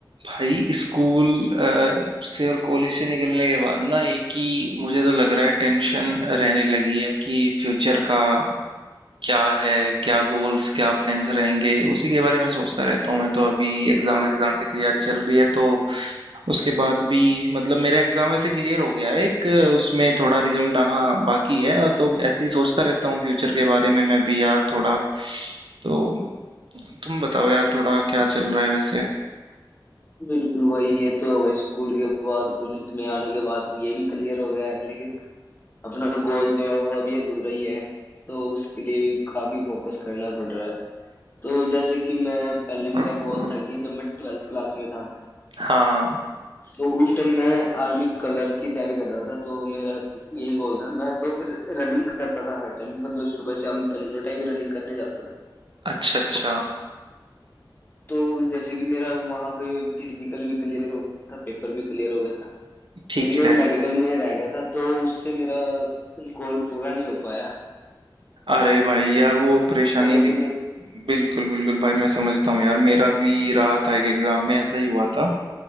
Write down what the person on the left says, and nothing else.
बिल्कुल भाई ये तो है भाई स्कूल के बाद कॉलेज में आने के बाद ये भी क्लियर हो गया है लेकिन अपना गोल जो है वो अभी अधूरा ही है तो उसके लिए भी काफी फोकस करना पड़ रहा है तो जैसे कि मैं पहले
मेरा गोल था कि जब मैं ट्वेल्थ क्लास में था
तो उस टाइम मैं आर्मी कलर की तैयारी कर रहा था तो मेरा यही गोल था मैं तो फिर रनिंग करता था हर टाइम मतलब सुबह शाम दोनों टाइम रनिंग करने जाता था
तो जैसे कि मेरा वहां पे फिजिकल भी क्लियर हो गया था पेपर भी क्लियर हो गया था
लेकिन मैं
मेडिकल में ही रह गया था तो उससे मेरा गोल पूरा नहीं हो पाया
तो लेकिन